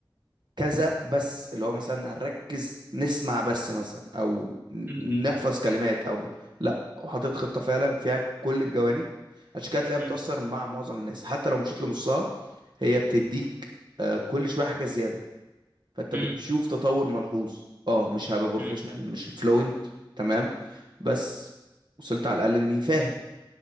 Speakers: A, on the right (about 60°); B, on the right (about 25°).
A: كذا بس اللي هو مثلا هنركز نسمع بس مثلا او ن-
B: امم
A: نحفظ كلمات او لا وحاطط خطه فعلا فيها كل الجوانب عشان كده تلاقيها
B: امم
A: بتاثر مع معظم الناس حتى لو مشيت لنصها هي بتديك آه كل شويه حاجه زياده فانت
B: امم
A: بتشوف تطور ملحوظ اه مش هبقى بروفيشنال
B: امم
A: مش فلوينت تمام بس وصلت على الاقل اني فاهم